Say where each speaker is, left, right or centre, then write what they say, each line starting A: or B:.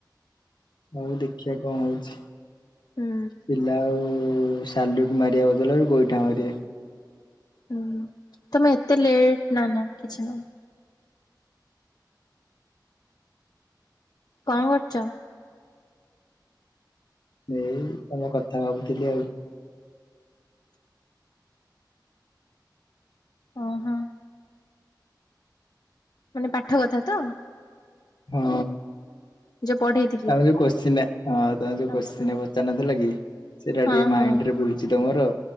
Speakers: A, on the left; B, on the left.
A: ହଉ ଦେଖିଆ କଁ ହଉଚି।
B: ହୁଁ।
A: ପିଲା ଆଉ ସାଲୁଟ୍ ମାରିବା ବଦଳରେ ଗୋଇଠା ମାରିବେ।
B: ହୁଁ ତମେ ଏତେ ଲେଟ୍ ନାଁ ନାଁ କିଛି ନାହିଁ। କଁ କରଚ?
A: ଏଇ ତମ କଥା ଭାବୁଥିଲି ଆଉ।
B: ଅଁ ହଁ। ମାନେ ପାଠ କଥା ତ?
A: ହଁ
B: ଯୋଉ ପଢେଇଥିଲି।
A: ତମେ ଯୋଉ କୋଶ୍ଚିନଟା ହଁ ତମେ ଯୋଉ
B: ଆଚ୍ଛା।
A: କୋଶ୍ଚିନ ପଚାରନଥିଲା କି ସେଟା
B: ହଁ
A: ଟିକେ
B: ହଁ
A: ମାଇଣ୍ଡ୍ ରେ ଭୁ ଚି ତ ମୋର